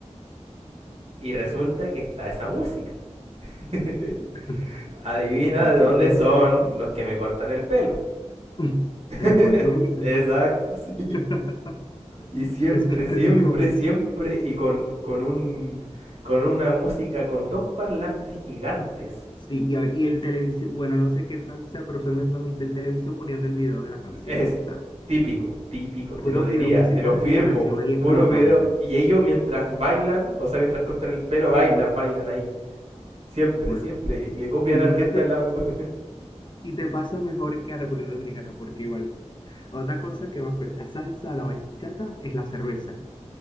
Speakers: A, on the right; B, on the left.
A: Y resulta que está esa música. <laughs>
B: sí. <laughs>
A: Adivina
B: O sea,
A: de dónde
B: es que
A: son
B: yo sí.
A: los que me cortan el pelo.
B: <laughs>
A: <laughs>
B: De República Dominicana.
A: Exacto, sí.
B: <laughs>
A: Y siempre,
B: Es que
A: siempre,
B: te digo, es
A: siempre, y con, con un, con una música con dos parlantes gigantes
B: Sí, y, a ver, y el televisión, bueno, no sé qué tanto sea, pero usualmente también está el televisión poniendo el video de la canción.
A: Es
B: O sea,
A: típico, típico, te
B: puros
A: lo diría,
B: videos musicales
A: te lo firmo,
B: y la canción ahí explotando.
A: puro video. Y ellos mientras bailan, o sea, mientras cortan el pelo, bailan, bailan ahí. Siempre,
B: Bueno,
A: siempre. Y le copian
B: figúrate,
A: al que está al lado.
B: y, y te pasa mejor que a República Dominicana, porque igual, otra cosa que va con la salsa, la bachata, es la cerveza.